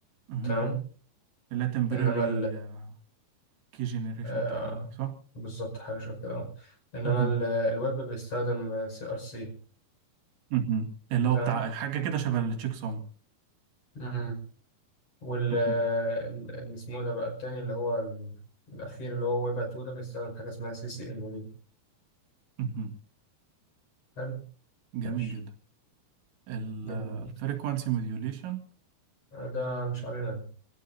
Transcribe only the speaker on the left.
تمام
انما
آه
بالظبط حاجة شبه كده اه إنما
ال- الويب بيستخدم سي ار سي
تمام
امم وال
ال- اللي اسمه ده بقى التاني اللي هو ال- الأخير اللي هو ويب 2 ده بيستخدم حاجة اسمها سي سي إن بي
حلو
ماشي
جميل برضه.
ده مش علينا ده